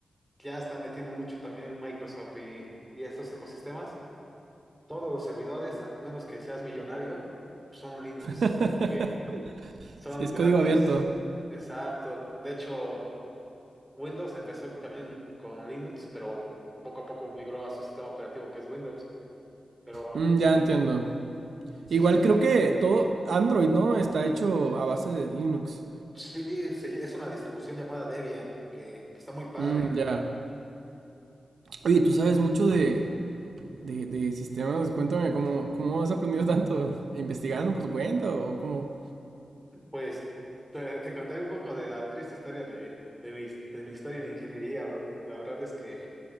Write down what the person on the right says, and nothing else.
<laughs>
si es
código abierto.
Mm, ya entiendo.
Igual creo
que
todo Android, ¿no? Está hecho a base de Linux.
Mm, ya. Oye, tú sabes mucho de, de, de sistemas. Cuéntame, ¿cómo, ¿cómo has aprendido tanto? ¿Investigando por tu cuenta o cómo?